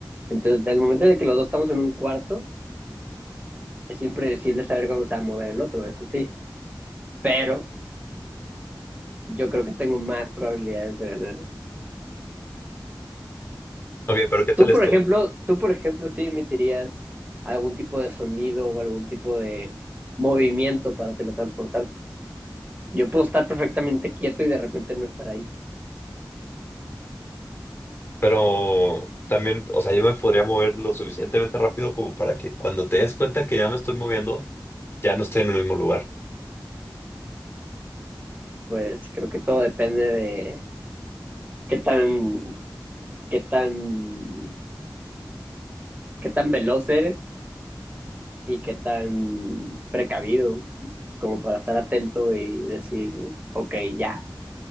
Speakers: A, on the right; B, on the left.
A: Entonces, desde el momento en el que los dos estamos en un cuarto, es impredecible saber cómo se va a mover el otro, eso sí. pero yo creo que tengo más probabilidades de ganar.
B: Ok, pero ¿qué tal
A: Tú,
B: esto?
A: por ejemplo, tú, por ejemplo, sí emitirías algún tipo de sonido o algún tipo de movimiento para teletransportarte. Yo puedo estar perfectamente quieto y de repente no estar ahí.
B: Pero también, o sea, yo me podría mover lo suficientemente rápido como para que cuando te des cuenta que ya me estoy moviendo, ya no estoy en el mismo lugar.
A: Pues creo que todo depende de qué tan, qué tan, qué tan veloz eres y qué tan precavido como para estar atento y decir, ok, ya,